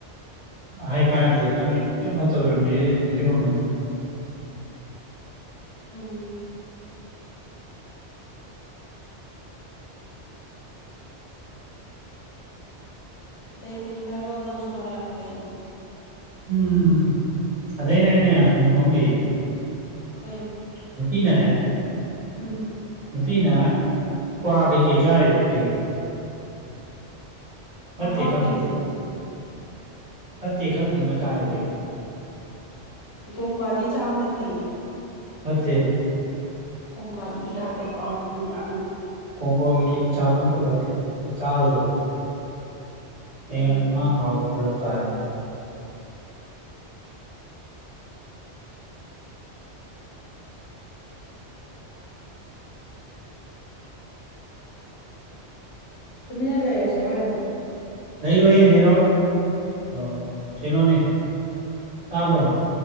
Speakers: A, on the right; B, on the left.
A: ꯍꯥꯏ ꯀꯥꯟꯅꯗꯩ ꯂꯝꯕꯤ ꯑꯗꯨꯛꯌꯥꯝ ꯐꯠꯇꯕ ꯂꯝꯕꯤ ꯑꯩ ꯄꯨꯟꯁꯤ ꯎꯅꯗ꯭ꯔꯤ
B: ꯎꯝ ꯑꯗꯩꯗꯤ ꯍꯥꯏꯔꯛꯑꯣ ꯅꯪꯁꯨ ꯈꯔ ꯀꯩꯅꯣ
A: ꯎꯝ ꯑꯗꯩꯅꯅꯦ ꯈꯪꯅꯤꯡꯕꯃ ꯂꯩꯌꯦ
B: ꯀꯩ
A: ꯅꯨꯄꯤꯅꯅꯦ
B: ꯎꯝ
A: ꯅꯨꯄꯤꯅ ꯀ꯭ꯋꯥ ꯀꯩꯀꯩ ꯆꯥꯔꯤꯖꯦ ꯀꯩꯒꯤꯅꯣ ꯐꯠꯇꯦ
B: ꯃꯍꯥꯎꯒꯤꯅꯤꯅꯦ
A: ꯈꯪ ꯈꯪ ꯐꯠꯇꯦ ꯈꯪ ꯈꯪꯅ ꯆꯥꯏꯌꯦ ꯀꯩꯒꯤ
B: ꯀꫭꯡꯀ꯭ꯋꯥꯗꯤ ꯆꯥꯕꯗ ꯐꯩꯌꯦ
A: ꯐꯠꯇꯦ
B: ꯀꯣꯡꯀ꯭ꯋꯥꯗꯤ
A: <unintelligible>
B: ꯏ ꯍꯥꯞꯄꯦ
A: ꯀꯣꯡꯀ꯭ꯋꯥ ꯀꯩ ꯀꯩ ꯆꯥꯕ ꯑꯝꯇ ꯐꯠꯇꯦ ꯆꯥꯔꯣꯏꯗꯧ
B: ꯀꯩꯒꯤ
A: ꯍꯌꯦꯡ ꯑꯉꯥꯡ ꯀꯧꯔꯛꯄ ꯀꯥꯏ ꯑꯗꯨꯅ
B: ꯇꯨꯃꯤꯟꯅ ꯂꯩꯔꯁꯦ ꯍꯥꯏꯔꯣ ꯑꯗꯨꯝ
A: ꯂꯩꯔꯣꯏꯌꯦ ꯑꯅꯤꯔꯛ ꯑ ꯀꯩꯅꯣꯅꯦ ꯇꯥꯕ꯭ꯔꯣ